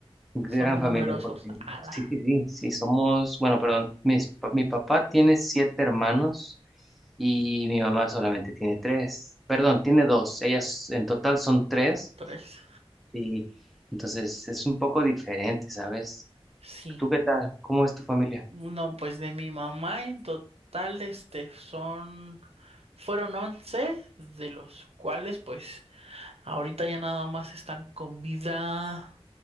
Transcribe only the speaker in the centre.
gran
familia,
porque
sí, sí, sí, sí somos, bueno, perdón, mis pa- mi papá tiene siete hermanos y mi mamá solamente tiene tres, perdón, tiene dos, ellas en total son tres,
y entonces es un poco diferente, ¿sabes?
¿Tú qué tal? ¿Cómo es tu familia?